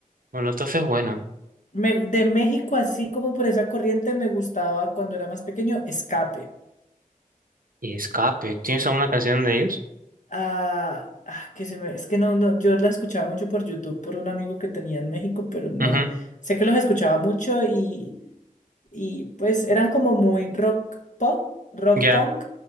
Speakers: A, on the right (about 85°); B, on the left (about 60°).
A: Molotov es bueno.
B: me- de México, así como por esa corriente, me gustaba cuando era más pequeño, Escape.
A: Y Escape, ¿tienes alguna canción de ellos?
B: Ah, ah, que se me, es que no, no, yo la escuchaba mucho por YouTube por un amigo que tenía en México, pero no.
A: Ujú,
B: Sé que los escuchaba mucho y Y pues eran como muy rock pop, rock
A: ya,
B: punk,